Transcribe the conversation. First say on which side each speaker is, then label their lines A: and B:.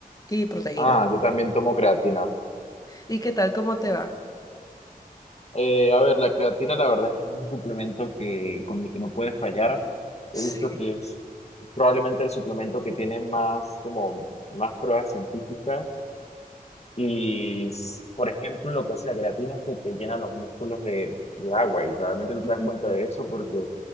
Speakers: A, on the left (about 25°); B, on the left (about 45°).
A: y proteínas.
B: Ah, yo también tomo creatina.
A: ¿Y qué tal? ¿Cómo te va?
B: Eh, a ver, la creatina la verdad es que es un suplemento que, con el que no puedes fallar.
A: Sí.
B: He visto que es probablemente el suplemento que tiene más, como, más pruebas científicas Y, s- por ejemplo, lo que hace la creatina es que te llena los músculos de, de agua y realmente no
A: Ujú,
B: te das cuenta de eso porque